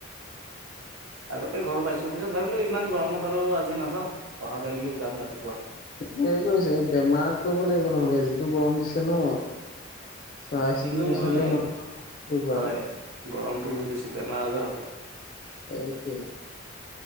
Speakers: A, on the right; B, on the left.
A: আগতে ঘৰ পাইছোঁ, পিছত ভাবিলোঁ ইমান গৰমত আৰু আজি নাযাওঁ অহা কালিলৈ যাম ৰাতিপুৱা
B: <unintelligible> কৰিছে, বেমাৰত পৰিব লাগিব নহ'লে যিটো গৰম দিছে ন'। চাই চিতি
A: কিন্তু
B: নচলিলে
A: মই
B: মানুহ পৰিব
A: হয়,
B: আৰু
A: গৰমটো বহুত দিছে বেমাৰ আজাৰ হ'ব।
B: সেইটোৱে।